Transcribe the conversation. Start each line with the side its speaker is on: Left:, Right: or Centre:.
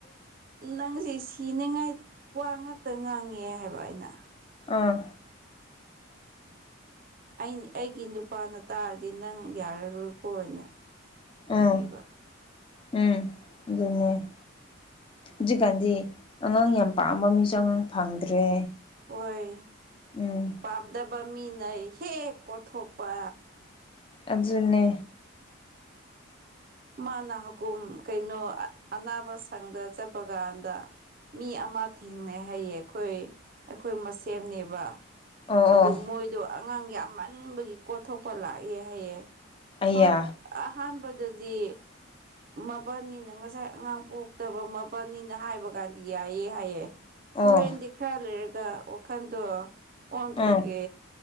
Right: ꯅꯪꯁ ꯁꯤꯅꯤꯉꯥꯏ ꯋꯥ ꯉꯇ ꯉꯥꯡꯉꯦ ꯍꯥꯏꯕ ꯑꯩꯅ
Left: ꯑꯥ
Right: ꯑꯩ ꯑꯩꯒꯤ ꯅꯨꯄꯥꯅ ꯇꯥꯔꯗꯤ ꯅꯪ ꯌꯥꯔꯔꯣꯏꯀꯣꯅ
Left: ꯎꯝ
Right: ꯍꯥꯏꯕꯤꯕ
Left: ꯎꯝ ꯑꯗꯨꯅꯦ ꯍꯧꯖꯤꯛꯀꯥꯟꯗꯤ ꯑꯉꯥꯡ ꯌꯥꯝ ꯄꯥꯝꯕ ꯃꯤꯁꯨ ꯑꯉꯥꯡ ꯐꯪꯗ꯭ꯔꯦ
Right: ꯍꯣꯏ
Left: ꯎꯝ
Right: ꯄꯥꯝꯗꯕ ꯃꯤꯅꯩ ꯍꯦꯛ ꯀꯣꯊꯣꯛꯄ
Left: ꯑꯗꯨꯅꯦ
Right: ꯃꯥꯅ ꯍꯀꯝ ꯀꯩꯅꯣ ꯑꯅꯥꯕ ꯁꯪꯗ ꯆꯠꯄ ꯀꯥꯟꯗ ꯃꯤ ꯑꯃ ꯊꯦꯡꯅꯩ ꯍꯥꯏꯌꯦ ꯑꯩꯈꯣꯏ ꯑꯩꯈꯣꯏ ꯃꯁꯦꯝꯅꯦꯕ
Left: ꯑꯣ
Right: ꯑꯗꯨ
Left: ꯑꯣ
Right: ꯃꯣꯏꯗꯣ ꯑꯉꯥꯡꯒꯤ ꯑꯃꯃꯟꯕꯒꯤ ꯀꯣꯊꯣꯛꯄ ꯂꯥꯛꯑꯦ ꯍꯥꯏꯌꯦꯦ
Left: ꯑꯌꯥ
Right: ꯐ ꯑꯍꯥꯟꯕꯗꯗꯤ ꯃꯕꯥꯜꯅꯤꯅ ꯉꯁꯥꯏ ꯑꯉꯥꯡ ꯄꯣꯛꯇꯕ ꯃꯄꯜꯅꯤꯅ ꯍꯥꯏꯕ ꯀꯥꯟꯗꯤ ꯌꯥꯏꯑ ꯍꯥꯏꯌꯦ ꯍꯣꯔꯦꯟꯗꯤ
Left: ꯑꯣ
Right: ꯈꯔ ꯂꯩꯔꯒ ꯋꯥꯈꯟꯗꯣ ꯑꯣꯟꯊꯣꯛꯀꯦ
Left: ꯎꯝ